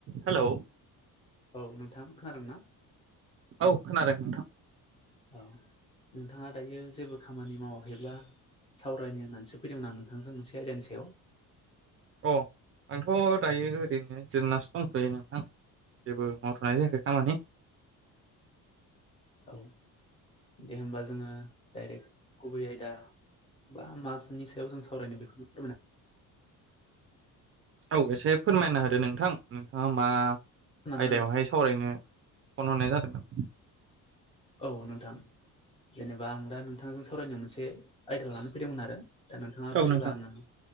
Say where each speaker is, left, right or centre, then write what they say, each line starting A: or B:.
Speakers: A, on the right; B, on the left.
A: हेलौ
B: औ नोंथां खोनादोंना?
A: औ खोनादों नोंथां
B: औ नोंथाङा दायो जेबो खामानि मावाखैब्ला सावरायनो होननानैसो फैदों आ नोंथांजों मोनसे आयदानि सायाव
A: अ आंथ' दायो ओरैनो जिरायनासो दंथ'यो नोंथां जेबो मावथ'नाय जायाखै खामानि
B: <inaudible> औ दे होमबा जोङो डाइरेक्ट गुबै आयदा बा माजनि सायाव जों सावरायनो बेखौनो फोरमायना
A: औ एसे फोरमायना होदो नोंथां नोंथाङा मा
B: खोनादोंना
A: आयदायावहाय
B: नोंथां?
A: सावरायनो फन हरनाय जादोंमोन
B: औ नोंथां जेनेबा आं दा नोंथांजों सावरायनो मोनसे आयदा लाना फैदोंमोन आरो दा नोंथाङा
A: औ
B: फ्रिबा
A: नोंथां
B: आङो